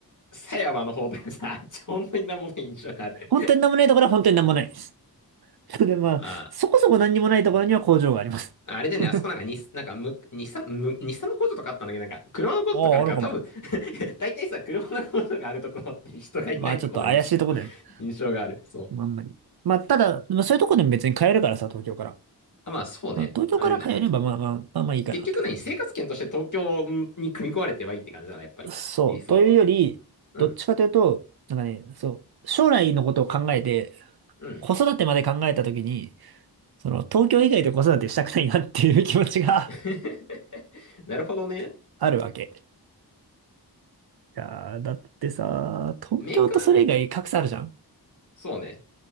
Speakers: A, on the left; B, on the right.
A: 狭山の方とかさ、あっち本当になんもない印象がある。
B: 本当になんもないところは本当になんもないです。<laughs> で、まあ、
A: ま
B: そこそこ何にもないところには工場があります。
A: あ、あれでね、
B: <laughs> あ
A: あそこなんか日、なんかむ、日産、む、日産の工場とかあったんだけど、なんか、車の工場とかあるから、
B: あ、あるかも。
A: 多分 <laughs> 大体さ、車の工場があるところって人がいないところの認識
B: まあ、ちょっと怪しいとこだよね。
A: 印象がある。そう。
B: まあ、あんまり。まあ、ただ、まあ、そういうとこでも別に買えるからさ、東京から。
A: あまあ、そうね。
B: まあ東京から買えれば、
A: あのね
B: まあまあ、まあまあいいかなって感じ。
A: 結局何生活圏として東京に組み込まれてはいいって感じだな、やっぱり。
B: そう。
A: 理想は。
B: というより、
A: うん。
B: どっちかというと、なんかね、そう、将来のことを考えて、
A: うん。
B: 子育てまで考えたときに、その、東京以外で子育てしたくないなっていう気持ちが
A: <laughs> なるほどね。
B: <laughs> あるわけ。いやー、だってさ、東京とそれ以外格差あるじゃん。
A: メーカー、そうね。